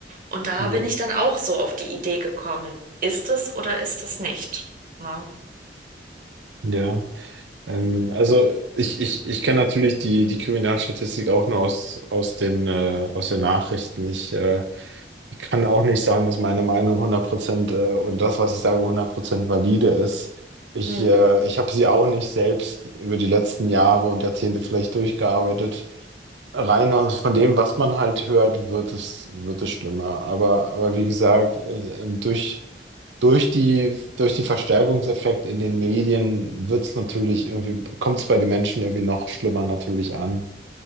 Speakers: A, on the right; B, on the right.
A: Und da
B: Ja.
A: bin ich dann auch so auf die Idee gekommen. Ist es oder ist es nicht? Ne?
B: Ja. Ähm, also ich, ich, ich kenne natürlich die, die Kriminalstatistik auch nur aus, aus den, äh, aus den Nachrichten. Ich äh, kann auch nicht sagen, dass meine Meinung 100% äh, und das, was ich sage, hundert Prozent valide ist. Ich,
A: Hm,
B: äh, ich habe sie auch nicht selbst über die letzten Jahre und Jahrzehnte vielleicht durchgearbeitet. Rein aus von dem, was man halt hört, wird es, wird es schlimmer. Aber, aber wie gesagt, äh, ähm, durch, durch die, durch den Verstärkungseffekt in den Medien wird es natürlich irgendwie, kommt es bei den Menschen irgendwie noch schlimmer natürlich an.